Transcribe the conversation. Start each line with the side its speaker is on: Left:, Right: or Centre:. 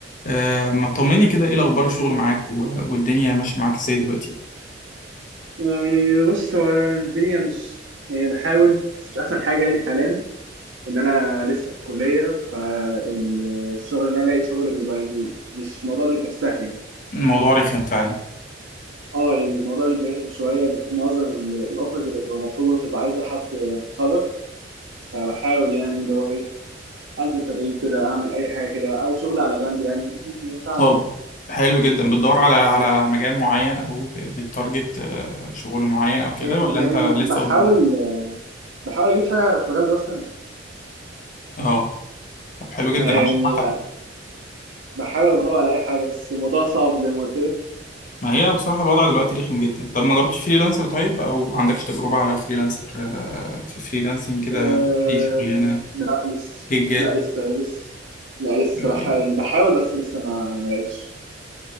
Left: آه، ما تطمني كده ايه الاخبار الشغل معاك و- والدنيا ماشيه معاك ازاي دلوقتي
Right: يعني بص هو الدنيا مش يعني بحاول بس مش احسن حاجه يعني حاليا ان انا لسه في الكليه فالشغل ان انا الاقي شغل بيبقى يعني مش الموضوع بيبقى سهل يعني
Left: الموضوع رخم فعلا
Right: اه يعني الموضوع بيبقى رخم شويه ان يكون معظم ال- الاوفرز اللي بتبقى مطلوبه بتبقى عايزه حد متخرج فبحاول يعني اللي هو ايه انزل تدريب كده اعمل اي حاجه كده او شغل على جنب يعني بي- بينفعنا
Left: طب
Right: أنا.
Left: حلو جدا بتدور على على مجال معين او ب- بتارجت آه، شغل معين او كده
Right: يعني
Left: ولا
Right: يعني
Left: انت لسه
Right: بحاول
Left: بتدور
Right: بحاول اجيب حاجه في مجال دراستي انا
Left: اه طب حلو جدا
Right: يعني
Left: عشان حتى
Right: يعني بحاول ادور على اي حاجه بس الموضوع <laughs> صعب زي ما قلت لك
Left: ما هي بصراحه الوضع دلوقتي رخم جدا طب ما جربتش فريلانسر طيب او عندكش تجربه على الفريلانسر آه، في فريلانسنج كده
Right: أه...
Left: اي شغلانه
Right: لا لسه
Left: جيجات
Right: لا لسه لسه لا لسه
Left: ما في.
Right: بح... يعني بحاول بس لسه ما ما لقيتش